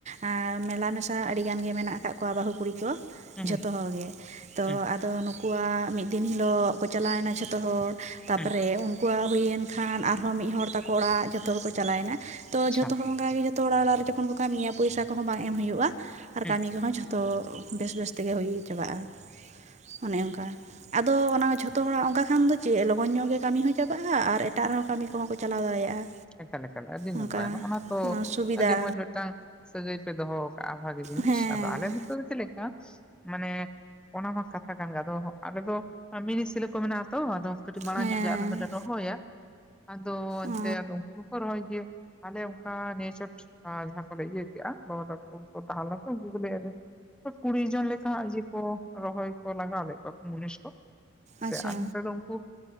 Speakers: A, on the right; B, in the centre.
A: ᱟᱻ ᱢᱮᱞᱟ ᱢᱮᱥᱟ ᱟᱹᱰᱤ ᱜᱟᱱ ᱜᱮ ᱢᱮᱱᱟᱜ ᱟᱠᱟᱫ ᱠᱚᱣᱟ ᱵᱟᱹᱦᱩ ᱠᱩᱲᱤ ᱠᱚ
B: ᱦᱩᱸ
A: ᱡᱷᱚᱛᱚ
B: ᱦᱩᱸ
A: ᱦᱚᱲᱜ ᱜᱮ ᱛᱚ
B: ᱦᱩᱸ
A: ᱟᱫᱚ ᱱᱩ ᱠᱩᱣᱟᱜ ᱢᱤᱫ ᱫᱤᱱ ᱦᱤᱞᱳᱜ ᱠᱚ ᱪᱟᱞᱟᱣᱱᱟ ᱡᱷᱚᱛᱚ ᱦᱚᱲ ᱛᱟᱯᱚᱨᱮ
B: ᱦᱩᱸ
A: ᱩᱱ ᱠᱚᱣᱟᱜ ᱦᱩᱭᱮᱱ ᱠᱷᱟᱱ ᱟᱨᱦᱚᱸ ᱢᱤᱫ ᱦᱚᱲ ᱛᱟᱠᱚ ᱚᱲᱟᱜ ᱡᱷᱚᱛᱚ ᱦᱚᱲᱠᱚ ᱪᱟᱞᱟᱣᱮᱱᱟ ᱛᱚ
B: ᱟᱪᱪᱷᱟ
A: ᱡᱷᱚᱛᱚ ᱦᱚᱲ ᱚᱱᱠᱟᱜ ᱜᱮ ᱡᱷᱚᱛᱚ ᱦᱚᱲᱟᱜ ᱚᱲᱟᱜ ᱨᱮ ᱚᱱᱠᱟᱜᱮ ᱡᱚᱠᱷᱚᱱ ᱠᱚ ᱠᱟᱹᱢᱤᱭᱟ ᱯᱚᱭᱥᱟ ᱠᱚᱦᱚᱸ ᱵᱟᱝ ᱮᱢ ᱦᱩᱭᱩᱜᱼᱟ ᱟᱨ
B: ᱦᱩᱸ
A: ᱠᱟᱢᱤ ᱠᱚᱦᱚᱸ ᱡᱷᱚ ᱛᱚ ᱵᱮᱥ ᱵᱮᱥᱛᱮᱜᱮ ᱦᱩᱭ ᱪᱟᱵᱟᱜᱼᱟ ᱚᱱᱮ ᱚᱱᱠᱟ, ᱟᱫᱚ ᱚᱱᱟ ᱡᱷᱚᱛᱚ ᱦᱚᱲᱟᱜ ᱚᱱᱠᱟ ᱠᱷᱟᱱ ᱫᱚ ᱪᱮᱫ ᱞᱚᱜᱚᱱ ᱧᱚᱜ ᱜᱮ ᱠᱟᱹᱢᱤ ᱦᱚᱸ ᱪᱟᱵᱟᱜᱼᱟ ᱟᱨ ᱮᱴᱟᱜ ᱨᱮᱦᱚᱸ ᱠᱟᱹᱢᱤ ᱠᱚᱦᱚᱸ ᱠᱚ ᱪᱟᱞᱟᱣ ᱫᱟᱲᱮᱭᱟᱜᱼᱟ᱾
B: ᱮᱠᱟᱞ ᱮᱠᱟᱞ ᱟᱹᱰᱤ
A: ᱚᱱᱠᱟ
B: ᱱᱟᱯᱟᱭ ᱱᱚᱜᱼ ᱚᱱᱟ ᱛᱚ
A: ᱥᱩᱵᱤᱫᱟ
B: ᱟᱹᱰᱤ ᱢᱚᱸᱡᱽ ᱢᱤᱫᱴᱟᱝ ᱥᱟᱹᱜᱟᱹᱭ ᱯᱮ ᱫᱚᱦᱚᱣ ᱠᱟᱜᱼᱟ ᱵᱷᱟᱜᱤ ᱡᱤᱱᱤᱥ
A: ᱦᱮᱸ
B: ᱟᱫᱚ ᱟᱞᱮ ᱱᱚᱛᱮ ᱫᱚ ᱪᱮᱫ ᱞᱮᱠᱟ ᱢᱟᱱᱮ ᱚᱱᱟ ᱢᱟ ᱠᱟᱛᱷᱟ ᱠᱟᱱ ᱜᱮ ᱟᱫᱚ ᱟᱞᱮ ᱫᱚ ᱢᱤᱱᱤᱥᱤᱞᱟᱹ ᱠᱚ ᱢᱮᱱᱟᱜᱼᱟ ᱛᱚ ᱟᱫᱚ ᱠᱟᱹᱴᱤᱡ ᱢᱟᱲᱟᱝ
A: ᱦᱮᱸ
B: ᱧᱚᱜ ᱜᱮ ᱟᱞᱮ ᱫᱚᱞᱮ ᱨᱚᱦᱚᱭᱟ ᱟᱫᱚ ᱮᱱᱛᱮ
A: ᱚ
B: ᱟᱫᱚ ᱩᱱᱠᱩ ᱦᱚᱠᱚ ᱨᱚᱦᱚᱭ ᱜᱮᱭᱟ, ᱟᱞᱮ ᱚᱱᱠᱟ ᱱᱤᱭᱟᱹ ᱪᱷᱚᱴ ᱡᱟᱦᱟᱸ ᱠᱚᱞᱮ ᱤᱭᱟᱹ ᱠᱮᱜᱼᱟ ᱵᱟᱵᱟ ᱛᱟᱠᱚ ᱦᱚᱠᱚ ᱛᱟᱦᱮᱸ ᱞᱮᱱᱛᱮ ᱩᱱᱠᱩ ᱠᱚ ᱞᱟᱹᱭᱮᱜᱼᱟ ᱡᱮ ᱠᱩᱲᱤ ᱡᱚᱱ ᱞᱮᱠᱟ ᱦᱟᱸᱜ ᱤᱭᱟᱹ ᱠᱚ ᱨᱚᱦᱚᱭ ᱠᱚ ᱞᱟᱜᱟᱣ ᱞᱮᱫ ᱠᱚᱣᱟ ᱠᱚ ᱢᱩᱱᱤᱥ ᱠᱚ, ᱥᱮ
A: ᱟᱪᱪᱷᱟ
B: ᱟᱨ ᱱᱚᱛᱮ ᱫᱚ ᱩᱱᱠᱩ